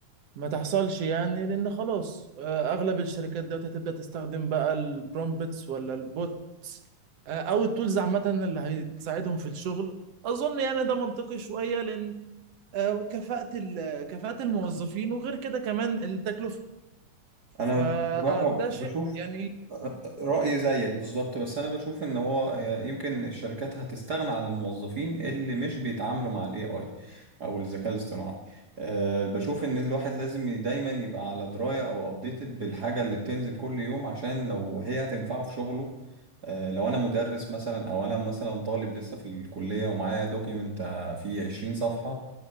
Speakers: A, on the right (about 60°); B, on the right (about 35°).
A: ما تحصلش يعني لان خلاص آه، اغلب الشركات دلوقتي هتبدا تستخدم بقى البرومبتس ولا البوتس آه، او التولز عامه اللي هتساعدهم في الشغل اظن يعني ده منطقي شويه لان آه، كفاءه ال- كفاءه الموظفين وغير كده كمان التكلفه
B: انا
A: فده
B: بصراحة بشوف
A: شيء يعني
B: رأيي زيك بالظبط بس أنا بشوف إن هو آه، يمكن الشركات هتستغنى عن الموظفين اللي مش بيتعاملوا مع ال AI أو الذكاء الاصطناعي أه بشوف إن الواحد لازم ي- دايما يبقى على دراية أو أبديتد بالحاجة اللي بتنزل كل يوم عشان لو هي هتنفعه في شغله أه لو أنا مدرس مثلا أو أنا مثلا طالب لسه في الكلية ومعايا دوكيمنت فيه 20 صفحة